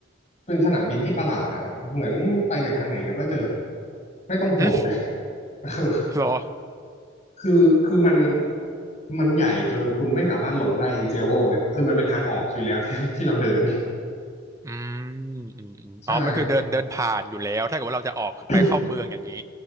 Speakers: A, on the left; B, on the right.
A: เป็นสนามบินที่ประหลาดนะครับเหมือนไปจากทางไหนเดี๋ยวก็เจอไม่ต้องห่วงเลย
B: <laughs> หึ
A: <laughs> คือ
B: รอ
A: คือคือมัน มันใหญ่จนคุณไม่สามารถหลงได้ อีเจโวเนี่ยคือมันเป็นทางออกอยู่แล้วที่ที่เราเดิน
B: อืมอืมอืมอ๋อมันคือเดินเดินผ่านอยู่แล้วถ้าเกิดว่าเราจะออกไปเข้าเมืองอย่างนี้
A: ใช่ <coughs>